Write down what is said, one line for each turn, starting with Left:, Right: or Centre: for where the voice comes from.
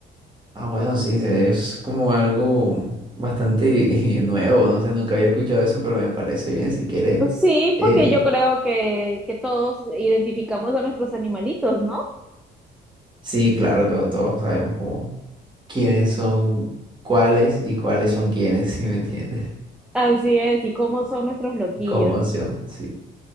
Right: Ah, bueno, sí, se- es como algo bastante <laughs> nuevo, no sé, nunca había escuchado eso, pero me parece bien, si quieres.
Centre: Sí,
Right: eh,
Centre: porque yo creo que, que todos identificamos a nuestros animalitos, ¿no?
Right: sí, claro que todos sabemos cómo. quiénes son cuáles y cuáles son quiénes, <laughs> si me entiendes?
Centre: Así es, y cómo son nuestros loquillos.
Right: Como opción, sí.